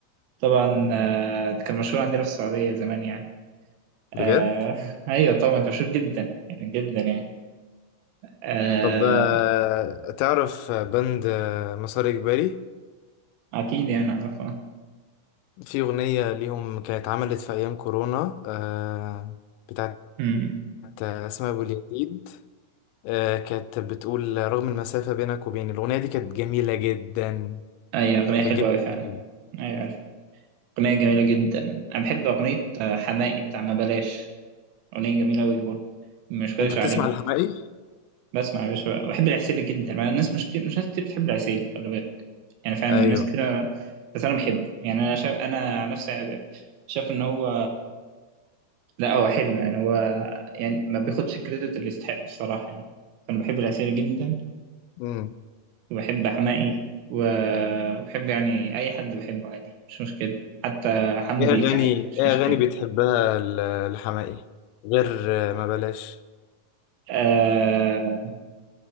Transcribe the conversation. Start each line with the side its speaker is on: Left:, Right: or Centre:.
Right: طبعا آه، كان مشهور عندنا في السعوديه زمان يعني
Left: بجد؟
Right: آه، ايوه طبعا كان مشهور جدا يعني جدا يعني آه،
Left: طب آه، تعرف بند آه، مسار إجباري
Right: اكيد يعني اعرفه
Left: في أغنية ليهم كانت اتعملت في أيام كورونا آه، بتاعت
Right: امم
Left: آه، أسماء أبو اليزيد آه، كانت بتقول رغم المسافة بينك وبيني الأغنية دي كانت جميلة جدا
Right: ايوه اغنيه
Left: كانت
Right: حلوه
Left: جميلة
Right: قوي فعلا
Left: جداً.
Right: ايوه عارف اغنيه جميله جدا انا بحب اغنيه آه، حماقي بتاع ما بلاش أغنية جميلة أوي برضه مش غايش
Left: أنت بتسمع
Right: عليك جدا
Left: الحماقي؟
Right: بسمع يا باشا بحب العسيلي جدا مع الناس مش كتير مش ناس كتير بتحب العسيلي خلي بالك يعني فعلا
Left: أيوه
Right: الناس كده بس أنا بحبه يعني أنا شايف أنا عن نفسي شايف إن هو لا هو حلو يعني هو يعني ما بياخدش الكريدت اللي يستحق الصراحة يعني فأنا بحب العسيلي جدا
Left: مم.
Right: وبحب حماقي و- وبحب يعني أي حد بحبه عادي مش مشكلة حتى حمو
Left: إيه
Right: بيك
Left: أغاني
Right: عادي مش
Left: إيه
Right: مشكلة
Left: أغاني بتحبها ال- الحماقي غير آه، ما بلاش
Right: آه،